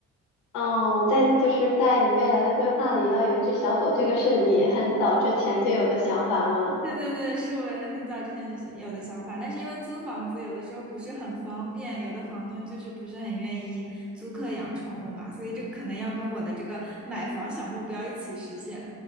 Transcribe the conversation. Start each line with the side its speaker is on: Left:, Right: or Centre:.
Left: 哦，在就是在你未来的规划里要有一只小狗，这个是你很早之前就有的想法吗？
Centre: 对对对，是我很早之前就想有的想法，但是因为租房子有的时候不是很方便，有的房东就是不是很愿意租客养宠物嘛，所以这个可能要跟我的这个买房小目标一起实现，